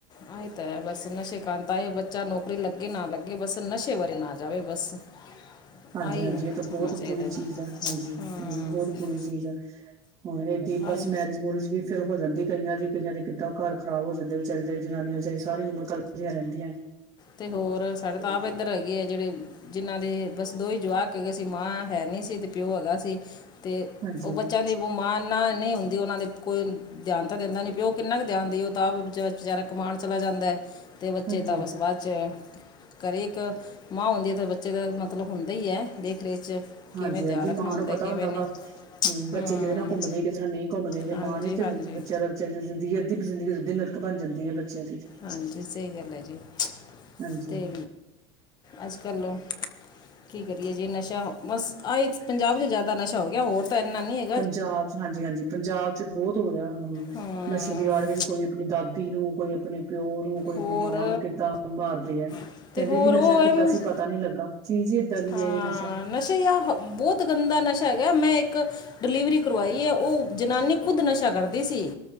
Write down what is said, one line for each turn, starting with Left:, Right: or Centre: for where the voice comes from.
Left: ਹਾਂ ਏ ਤਾਂ ਹੈ ਬਸ ਨਸ਼ੇ ਕਾਂ ਤਾਂ ਏ ਬੱਚਾ ਨੌਕਰੀ ਲੱਗੇ ਨਾ ਲੱਗੇ ਬਸ ਨਸ਼ੇ ਵਾਰੇ ਨਾ ਜਾਵੇ ਬਸ <inaudible>
Right: ਹਾਂਜੀ
Left: ਆਈ
Right: ਹਾਂਜੀ
Left: ਹੋਣਾ
Right: ਇਹ ਤਾਂ ਬਹੁਤ
Left: ਚਾਹੀਦਾ
Right: ਬੁਰੀ
Left: ਜੀ
Right: ਚੀਜ਼ ਹੈ ਹਾਂਜੀ
Left: ਹਾਂ
Right: ਹਮ ਬਹੁਤ ਬੁਰੀ ਚੀਜ਼ ਹੈ ਹੁਣ ਏਦਾ ਹੀ ਬਸ
Left: ਆਏ
Right: ਮੈਰਿਜ ਮੂਰਿਜ ਵੀ ਫਿਰ ਹੋ ਜਾਂਦੀ ਕਈਆਂ ਦੀ ਕਈਆਂ ਦੀ ਕਿੱਦਾਂ ਘਰ ਖਰਾਬ ਹੋ ਜਾਂਦੇ ਵਿਚਾਰੇ ਦੇ ਜਨਾਨੀਆਂ ਵਿਚਾਰੀ ਸਾਰੀ ਉਮਰ ਕੱਲਪਦੀਆਂ ਰਹਿੰਦੀਆਂ
Left: ਤੇ ਹੋਰ ਸਾਡੇ ਤਾਂ ਆਪ ਇੱਧਰ ਹੈਗੇ ਆ ਜਿਹੜੇ ਜਿਹਨ੍ਹਾਂ ਦੇ ਬਸ ਦੋ ਹੀ ਜਵਾਕ ਹੈਗੇ ਸੀ ਮਾਂ ਹੈ ਨਹੀਂ ਸੀ ਤੇ ਪਿਓ ਹੈਗਾ ਸੀ ਤੇ
Right: ਹਾਂਜੀ
Left: ਉਹ ਬੱਚਿਆਂ ਦੀ ਮਾਂ ਨਾਲ ਨਹੀਂ ਹੁੰਦੀ ਉਹਨਾਂ ਦੇ ਕੋਈ ਧਿਆਨ ਤਾਂ ਦਿੰਦਾ ਨਹੀਂ ਪਿਓ ਕਿੰਨਾ ਕ ਧਿਆਨ ਦੇ ਉਹ ਤਾਂ ਆਪ ਵਿਚਾ ਵਿਚਾਰਾ ਕਮਾਣ ਚਲਾ ਜਾਂਦਾ ਤੇ ਬੱਚੇ
Right: ਹਾਂਜੀ
Left: ਤਾਂ ਬਸ ਅੱਜ ਹੈ ਘਰ ਇੱਕ ਮਾਂ ਹੁੰਦੀ ਹੈ ਤੇ ਬੱਚੇ ਦਾ ਮਤਲਬ ਹੁੰਦਾ ਹੀ ਹੈ ਦੇਖ ਰੇਖ ਚ
Right: ਹਾਂਜੀ
Left: ਕਿਵੇਂ
Right: ਹਾਂਜੀ
Left: ਤਿਆਣ ਰੱਖਣਾ
Right: ਮਾਂ
Left: ਹੁੰਦਾ
Right: ਨੂੰ ਪਤਾ
Left: ਕਿਵੇਂ ਨੀ
Right: ਵਾ ਬੱਚੇ
Left: ਹਮ
Right: ਕਿਹਦੇ ਨਾਲ ਘੁੰਮਦੇ ਕਿਹਦੇ ਨਾਲ ਨਹੀਂ ਘੁੰਮਦੇ ਜੇ
Left: ਹਾਂਜੀ
Right: ਮਾਂ ਨੀ ਤੇ
Left: ਹਾਂ ਜੀ
Right: ਦਾ ਬੱਚਿਆਂ ਦੀ ਜ਼ਿੰਦਗੀ, ਅੱਧੀ ਵੀ ਜ਼ਿੰਦਗੀ, ਅੱਧੀ ਨਰਕ ਬਣ ਜਾਂਦੀ ਏ, ਬੱਚਿਆਂ ਦੀ
Left: ਹਾਂਜੀ, ਸਹੀ ਗੱਲ ਏ ਜੀ
Right: ਹਾਂਜੀ
Left: ਤੇ ਅੱਜ ਕੱਲ੍ਹ ਕੀ ਕਰੀਏ ਜੀ ਨਸ਼ਾ, ਬਸ ਆਹੀ ਪੰਜਾਬ 'ਚ ਜ਼ਿਆਦਾ ਨਸ਼ਾ ਹੋ ਗਿਆ ਹੋਰ ਤਾਂ ਇੰਨਾ ਨਹੀਂ ਏ
Right: ਪੰਜਾਬ 'ਚ, ਹਾਂਜੀ ਹਾਂਜੀ, ਪੰਜਾਬ ਬਹੁਤ ਹੋ ਗਿਆ,
Left: ਹਾਂ
Right: ਨਸ਼ੇ ਦੀ ਆੜ ਵਿੱਚ ਕੋਈ ਆਪਣੀ ਦਾਦੀ ਨੂੰ, ਕੋਈ ਆਪਣੇ ਪਿਓ ਨੂੰ ਕੋਈ
Left: ਹੋਰ
Right: ਆਪਣੀ ਮਾਂ ਨੂੰ ਕਿੱਦਾਂ ਆ ਮਾਰਦੀ ਏ। ਕਹਿੰਦੇ
Left: ਅਤੇ ਹੋਰ
Right: ਜੀ ਨਸ਼ਾ
Left: ਉਹ
Right: ਕੀਤਾ ਸੀ ਪਤਾ ਨੀ ਲੱਗਾ, ਚੀਜ਼ ਈ ਏਦਾਂ ਦੀ
Left: ਹਾਂ
Right: ਏ ਇਹ ਨਸ਼ਾ।
Left: ਨਸ਼ੇ ਯ ਬਹੁਤ ਗੰਦਾ ਨਸ਼ਾ ਹੈਗਾ ਏ, ਮੈਂ ਇੱਕ ਡਿਲੀਵਰੀ ਕਰਵਾਈ ਐ ਓਹ ਜਨਾਨੀ ਖੁਦ ਨਸ਼ਾ ਕਰਦੀ ਸੀ,